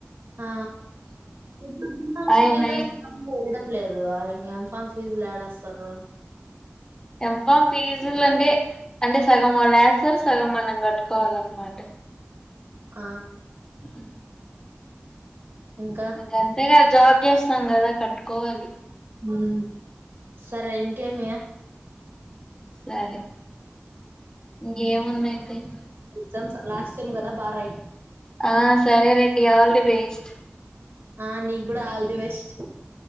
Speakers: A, on the right (about 80°); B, on the left (about 20°).
A: ఆ. ఈప్పుడు బి ఫార్మ్
B: ఆయన
A: చేసి <unintelligible> లేదు ఆ ఇంగా ఎంఫామ్ ఫీజులు లేడస్తారు.? !
B: ఎం ఫామ్ ఫీజులంటే అంటే సగం వాలేస్తారు, సగం మనం గట్టుకోవాలన్మాట.
A: ఆ.
B: ఊహ్హూ.
A: ఇంకా
B: ఇంకంతేగా జాబ్. జేసం గదా కట్టుకోవాలి.
A: హ్మ్ సరే ఇంకేమీ.?
B: సరే ఇంగేముందైతే.? !
A: సెమ్స లాస్ట్ సేమ్ గదా బారాయి.
B: ఆ సరే రెడ్డి ఆల్ ది బేస్ట్.
A: ఆ నీగూడా all the best.